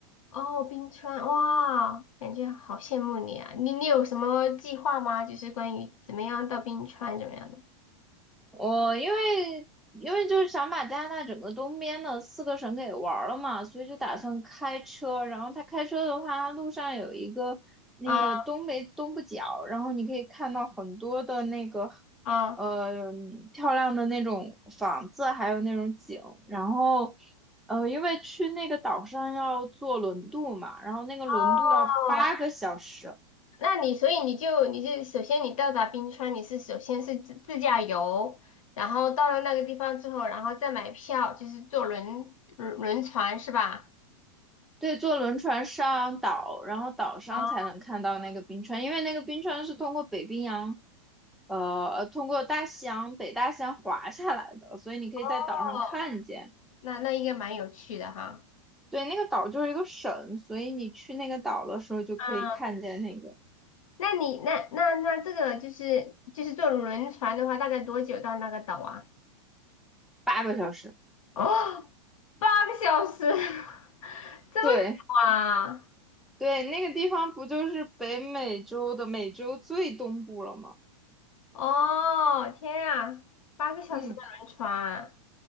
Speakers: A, on the left; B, in the centre.
A: 哦，冰川，哇，感觉好羡慕你啊！你你有什么计划吗？就是关于怎么样到冰川怎么样的？
B: 我因为因为就是想把加拿大整个东边的四个省给玩儿了嘛，所以就打算开车。然后他开车的话，他路上有一个那个东北东部角，
A: 啊
B: 然后你可以看到很多的那个
A: 啊
B: 呃漂亮的那种房子，还有那种景。然后呃，因为去那个岛上要坐轮渡嘛，然后那个轮渡要八个小时。
A: 哦，那你所以你就你就首先你到达冰川，你是首先是自自驾游，然后到了那个地方之后，然后再买票，就是坐轮轮轮船是吧？
B: 对，坐轮船上岛，然后岛上才能看到那个冰川，
A: 啊
B: 因为那个冰川是通过北冰洋，呃，呃通过大西洋、北大西洋滑下来的，所以你可以在岛上看见。
A: 哦，那那应该蛮有趣的哈。
B: 对，那个岛就是一个省，所以你去那个岛的时候就可以看见那个
A: 嗯，那你那那那这个就是就是坐轮船的话，大概多久到那个岛啊？
B: 八个小时。
A: 哦，八个小时，<laughs> 这么久啊？
B: 对对，那个地方不就是北美洲的美洲最东部了吗？
A: 哦，天啊，八个小时的轮船，
B: 嗯